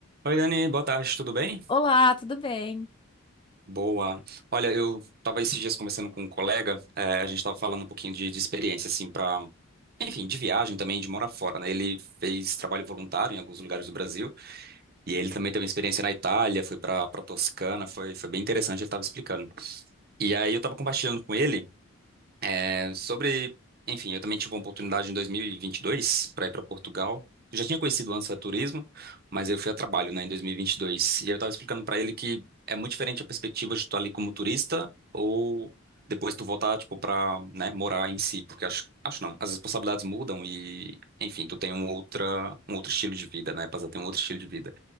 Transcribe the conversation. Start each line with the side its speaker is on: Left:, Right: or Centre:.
Right: Oi, Dani, boa tarde, tudo bem?
Left: Olá, tudo bem?
Right: Boa. Olha, eu tava esses dias conversando com um colega, eh, a gente tava falando um pouquinho de, de experiência, assim, pra, enfim, de viagem também, de morar fora, né? Ele fez trabalho voluntário em alguns lugares do Brasil, e ele também teve uma experiência na Itália, foi pra, pra Toscana, foi, foi bem interessante, ele tava explicando. E aí eu tava compartilhando com ele. É, Sobre, enfim, eu também tive uma oportunidade em 2022 para ir para Portugal. Eu já tinha conhecido antes a turismo, mas eu fui a trabalho, né, em 2022. E vinte e dois. E aí eu estava explicando para ele que é muito diferente a perspectiva de tu tá ali como turista ou depois tu voltar, tipo, para, né, morar em si, porque acho, acho não, as responsabilidades mudam e, enfim, tu tem um outra, um outro estilo de vida, né, passa a ter um outro estilo de vida.